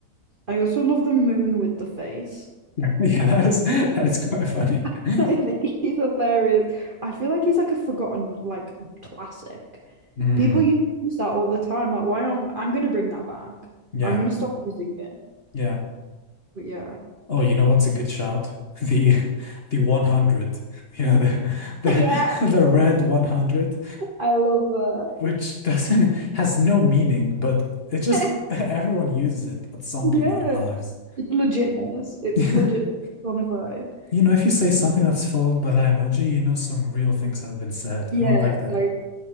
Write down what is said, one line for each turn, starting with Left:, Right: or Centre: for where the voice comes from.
Right: I also love the moon with the face.
Left: <laughs> Yeah, that is <laughs> that is quite funny. <laughs>
Right: <laughs> I think he's hilarious. I feel like he's like a forgotten like classic.
Left: Mm,
Right: People used to use that all the time. Like, why aren't I'm gonna bring that back.
Left: yeah,
Right: I'm gonna stop using it.
Left: yeah.
Right: But yeah.
Left: Oh, you know what's a good shout? <laughs> The the 100. You know, the the
Right: Yeah,
Left: <laughs> the red 100,
Right: I love that.
Left: which doesn't has no meaning, but it just
Right: <laughs>
Left: <laughs> everyone uses it at some
Right: Yeah.
Left: point in their lives.
Right: It's legitness. It's
Left: <laughs>
Right: legit. It's bona fide.
Left: You know, if you say something that's followed by that emoji, you know some real things have been said,
Right: Yeah,
Left: and I like that.
Right: like